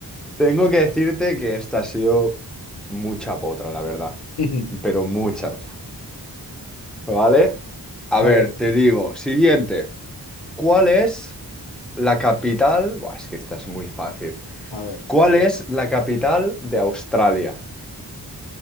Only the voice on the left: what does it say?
<laughs>
A ver,
a ver,